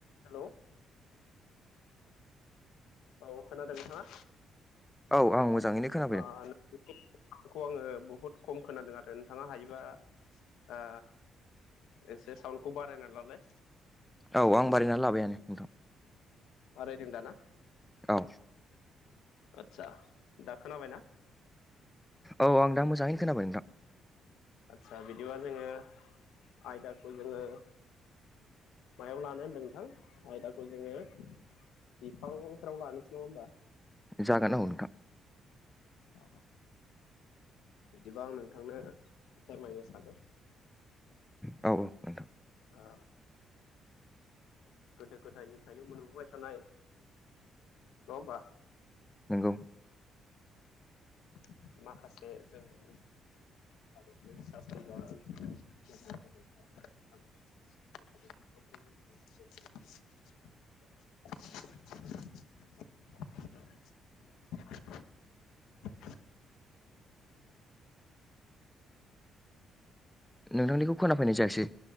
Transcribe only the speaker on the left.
हेलौ औ खोनादों नोंथांङा
ओ <inaudible> आंङो बहुद खम खोनादों आरो नोंथांङा हायोबा आ एसे साउन्डखौ बारायना लालाय।
बारायदों दा ना
आदचा दा खोनाबायना?
आदसा बिदिबा जोंङो आयदाखौ जोंङो मायाव लानो होनदों नोंथां आयदाखौ जोंङो बिफांफोराव लानोसै नङा होमबा
अ बिदिबा आं नोंथांनो फोरमायनो सानो
ओ गोदो गोदायनिफ्रायनो मोनबोबाय थानाय नङा होमबा
माखासे जोंनि भारतनि सा सानजा ओनसोलनि माखासे गोदो गोदाय बुंफबना थानाय <inaudible>